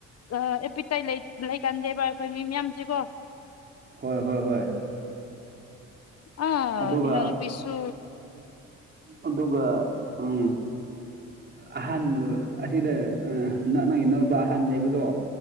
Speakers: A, on the left; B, on the right.
A: ꯑꯦꯄꯤꯛꯇꯩ ꯂꯩꯀꯟꯗꯦꯕ ꯑꯩꯈꯣꯏ ꯃꯤ ꯃꯌꯥꯝꯁꯤꯀꯣ
B: ꯍꯣꯏ ꯍꯣꯏ ꯍꯣꯏ
A: ꯑꯥ
B: ꯑꯗꯨꯒ
A: ꯏꯅꯥꯎꯅꯨꯄꯤꯁꯨ
B: ꯑꯗꯨꯒ ꯎꯝ ꯑꯍꯥꯟꯕꯕꯨ ꯑꯁꯤꯗ ꯅ ꯅꯪꯒꯤ ꯅꯧꯕ ꯑꯍꯥꯟꯕ ꯂꯩꯕꯗꯣ